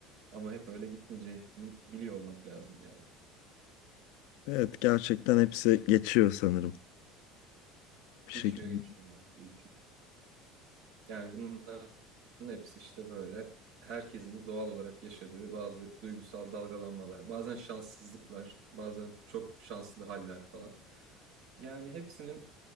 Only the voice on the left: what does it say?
Evet gerçekten hepsi geçiyor sanırım bir
şekilde.